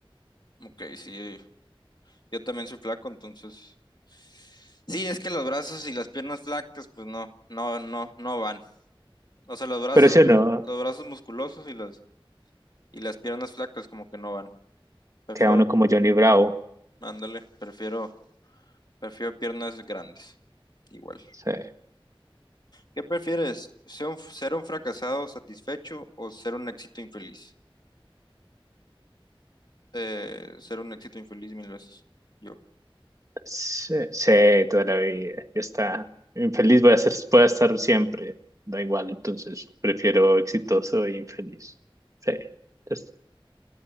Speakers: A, on the left; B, on the right.
A: ok, sí, yo también soy flaco, entonces. Sí, es que los brazos y las piernas flacas, pues no, no, no, no van. O sea, los brazos,
B: Pero eso no,
A: los brazos musculosos y las y las piernas flacas como que no van. Prefiero,
B: queda uno como Johnny Bravo.
A: ándale, prefiero, prefiero piernas grandes. Igual.
B: Sí.
A: ¿Qué prefieres? ¿Ser un, ser un fracasado satisfecho o ser un éxito infeliz? Eh, ser un éxito infeliz mil veces. Yo,
B: Sí, sí, toda la vida. Ya está. Infeliz voy a ser, voy a estar siempre. Da igual, entonces prefiero exitoso e infeliz. Sí, ya está.